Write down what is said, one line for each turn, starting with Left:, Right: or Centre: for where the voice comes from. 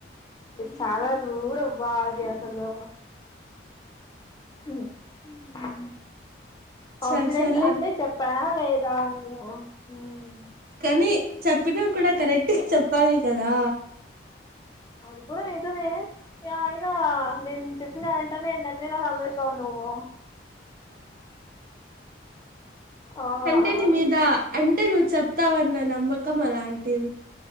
Left: ఇది చాలా రూడ్ అబ్బా అది అసలు మ్ కాన్ఫిడెన్స్
Right: సరే సర్లే
Left: అంటే చెప్పానా లేద్ చ <unintelligible> మ్
Right: కనీ చెప్పినా కూడా కరెక్ట్ గా చెప్పాలి కదా
Left: అది కూడా నిజమే అయినా నేను చెప్పినా అంటే నేను నన్నే నా నమ్మస్తావు నువ్వు ఆ
Right: అంటే మీ మీద అంటే నువ్వు చెప్తావన్న నమ్మకం అలాంటిది